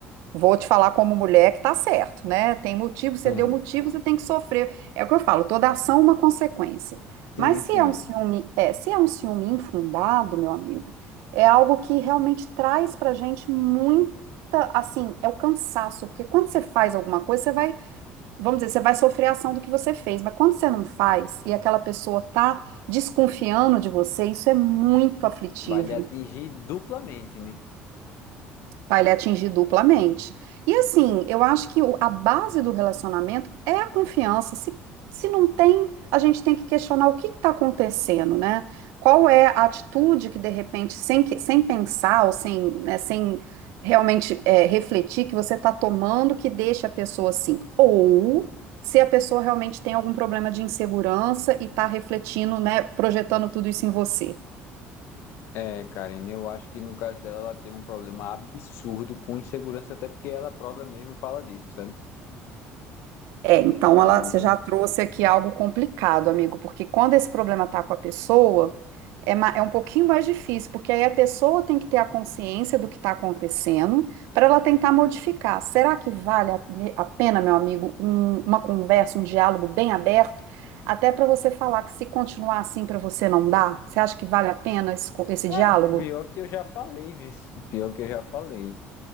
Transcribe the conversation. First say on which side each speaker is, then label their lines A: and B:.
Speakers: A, on the right; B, on the left.
A: Vou te falar como mulher que tá certo, né? Tem motivo, você
B: <laughs>
A: deu motivo, você tem que sofrer. É o que eu falo, toda ação é uma consequência.
B: Sim,
A: Mas se
B: sim.
A: é um ciúme, é, se é um ciúme infundado, meu amigo, é algo que realmente traz pra gente muita, assim, é o cansaço, porque quando você faz alguma coisa, você vai, vamos dizer, você vai sofrer a ação do que você fez, mas quando você não faz e aquela pessoa tá desconfiando de você, isso é muito aflitivo.
B: Vai lhe atingir duplamente, né?
A: Para ele atingir duplamente. E assim, eu acho que o- a base do relacionamento é a confiança. Se, se não tem, a gente tem que questionar o que está acontecendo, né? Qual é a atitude que, de repente, sem, que- sem pensar ou sem, né, sem realmente é, refletir, que você está tomando que deixa a pessoa assim? Ou se a pessoa realmente tem algum problema de insegurança e está refletindo, né, projetando tudo isso em você.
B: É, Karen, eu acho que no caso dela ela tem um problema absurdo com insegurança, até porque ela própria mesmo fala disso, sabe?
A: É, então
B: Então,
A: ela, você já trouxe aqui algo complicado, amigo, porque quando esse problema tá com a pessoa, é, ma- é um pouquinho mais difícil, porque aí a pessoa tem que ter a consciência do que está acontecendo para ela tentar modificar. Será que vale a, a pena, meu amigo, um- uma conversa, um diálogo bem aberto, até para você falar que se continuar assim para você não dá? Você acha que vale a pena esse, co- esse diálogo?
B: é, pior que eu já falei, viu? pior que eu já falei.